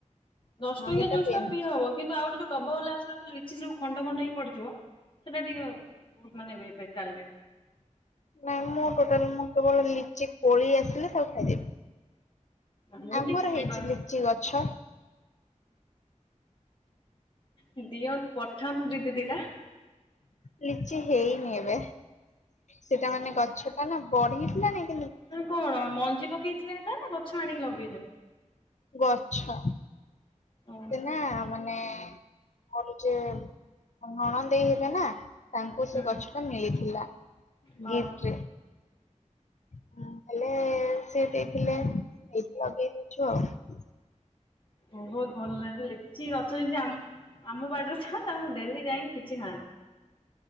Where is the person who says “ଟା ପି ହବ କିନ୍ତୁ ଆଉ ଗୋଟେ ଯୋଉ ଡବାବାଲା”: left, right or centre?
Left